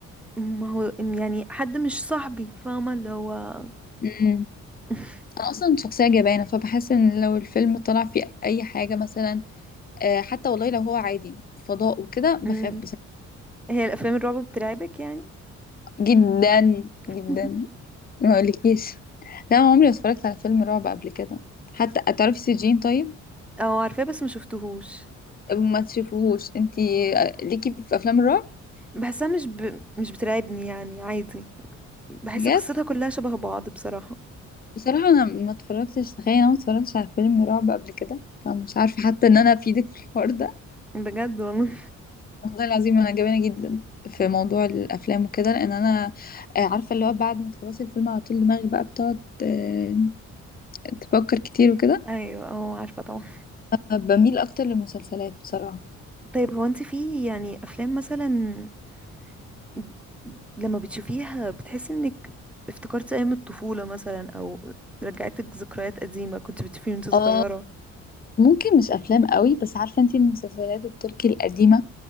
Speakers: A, in the centre; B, on the left.
A: ما هو يعني حد مش صاحبي فاهمة اللي هو
B: امم
A: <laughs>
B: انا اصلا شخصيه جبانه فبحس ان لو الفيلم طلع فيه اي حاجه مثلا آه، حتى والله لو هو عادي فضاء وكده بخاف
A: مم.
B: بصراحه
A: هي الافلام الرعب بترعبك يعني
B: جدا
A: <laughs>
B: جدا ما اقولكيش لا أنا عمري ما اتفرجت على فيلم رعب قبل كده حتى تعرفي سجين طيب
A: او عارفاه بس ما شفتهوش
B: ما تشوفوهوش انتي آه، ليكي في افلام الرعب
A: بحسها مش ب... مش بترعبني يعني عادي بحس
B: بجد
A: قصتها كلها شبه بعض بصراحة
B: بصراحة انا ما اتفرجتش تخيل انا ما اتفرجتش على فيلم رعب قبل كده فمش عارفة حتى ان انا افيدك في الحوار ده
A: بجد والله
B: والله العظيم انا جبانة جدا في موضوع الافلام وكده لان انا آه، عارفة اللي هو بعد ما تخلصي الفيلم على طول دماغك بقى بتقعد آه، تفكر كتير وكده
A: <laughs> ايوه اه عارفة طبعا
B: بميل اكتر للمسلسلات بصراحة
A: طيب هو انت في يعني افلام مثلا ب- لما بتشوفيها بتحسي انك افتكرتي ايام الطفولة مثلا او رجعتك ذكريات قديمة كنت بتشوفيه وانت صغيرة
B: اه ممكن مش افلام قوي بس عارفة انتي المسلسلات التركي القديمة